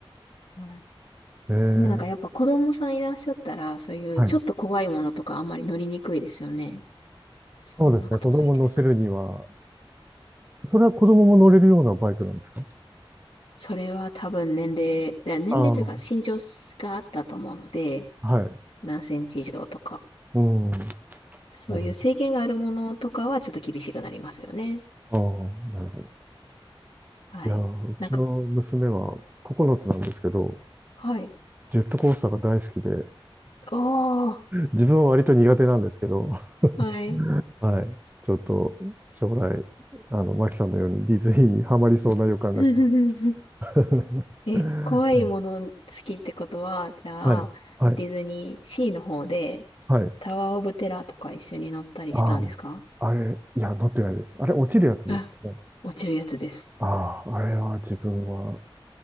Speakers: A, on the left (about 80°); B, on the right (about 20°).
A: はい。
B: えー、
A: でもなんかやっぱ子供さんいらっしゃったら、そういうちょっと怖いものとかあんまり乗りにくいですよね。
B: はい。
A: そんなことないですか
B: そうですね。子供乗せるには、それは子供も乗れるようなバイクなんですか
A: それは多分年齢、だ年齢というか身長があったと思うので、
B: ああー、はい。
A: 何センチ以上とか、
B: うん。
A: そういう制限があるものとかはちょっと厳しくなりますよね。
B: なるほどああ、なるほど。
A: はい。
B: いやー、うちの娘は9つなんですけど、
A: なんか、はい。
B: ジェットコースターが大好きで、
A: おー、
B: 自分は割と苦手なんですけど、
A: はい。
B: <laughs> はい。ちょっと将来、あの、マキさんのようにディズニーにハマりそうな予感がしま
A: <laughs>
B: す。<laughs>
A: え、
B: うん
A: 怖いもの好きってことは、じゃあ、
B: はい、はい、
A: ディズニーシーの方で、
B: はい。
A: タワーオブテラーとか一緒に乗ったりしたんですか
B: ああ、あれ、いや、乗ってないです。あれ、落ちるやつですよね。
A: あ、落ちるやつです。
B: ああ、あれは自分は、